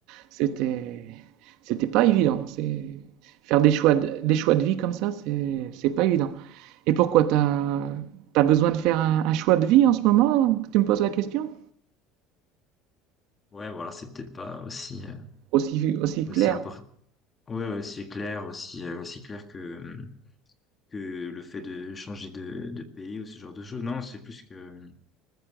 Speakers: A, on the right; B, on the left.
A: C'était, c'était pas évident. C'est faire des choix de, des choix de vie comme ça, c'est, c'est pas évident. Et pourquoi t'as, t'as besoin de faire un, un choix de vie en ce moment que tu me poses la question?
B: Ouais, voilà, c'est peut-être pas aussi, euh,
A: Aussi, aussi clair.
B: aussi important. Ouais, ouais, aussi clair, aussi, euh, aussi clair que, que le fait de changer de, de pays ou ce genre de choses. Non, c'est plus que,